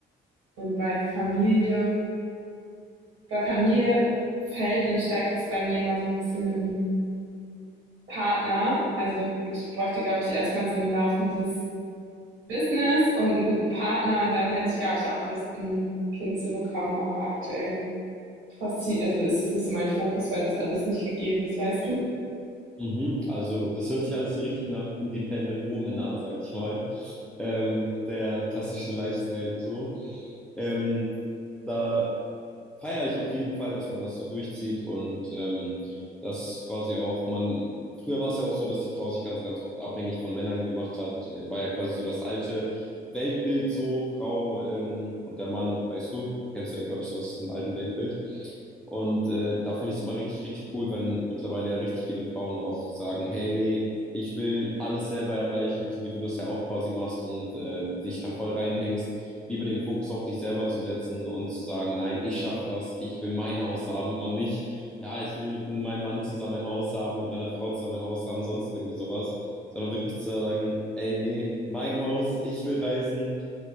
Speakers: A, on the right; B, in the centre.
A: Und bei Familie bei Familie fällt und steigt es bei mir mal so ein bisschen mit dem Partner. Also ich bräuchte, glaube ich, erstmal so ein laufendes Business und einen guten Partner und dann hätte ich, glaube ich, auch Lust, ein Kind zu bekommen, aber aktuell forci- also ist das nicht so mein Fokus, weil das alles nicht gegeben ist, weißt du?
B: Mhm. Also, das hört sich alles so richtig nach Independent Woman an, sag ich mal. Ähm, der klassische Lifestyle so. Ähm, da feiere ich auf jeden Fall, dass man das so durchzieht und ähm, dass quasi auch man, früher war es ja auch so, dass die Frau sich ganz, ganz oft abhängig von Männern gemacht hat, äh, war ja quasi so das alte Weltbild so, Frau ähm, und der Mann, weißt du, kennst du ja, glaube ich, so aus diesem alten Weltbild. Und äh, da finde ich es immer richtig, richtig cool, wenn mittlerweile ja richtig viele Frauen auch sagen, hey, nee, ich will alles selber erreichen, so wie du das ja auch quasi machst und äh, dich da voll reinhängst lieber den Fokus auf dich selber zu setzen und zu sagen, nein, ich schaffe das, ich will mein Haus haben und nicht, ja, ich will mit meinem Mann zusammen ein Haus haben, mit meiner Frau zusammen ein Haus haben, sonst irgendwie sowas, sondern wirklich zu sagen, ey, nee, mein Haus, ich will reisen